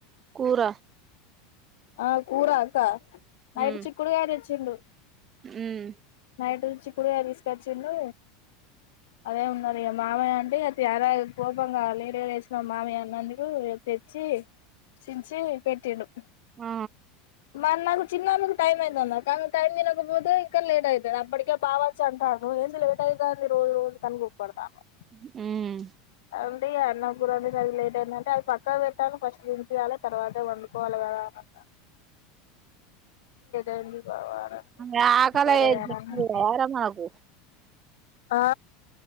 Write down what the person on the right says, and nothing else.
కూర
ఉమ్
ఉమ్
ఆ
మ్
అకాల
<unintelligible>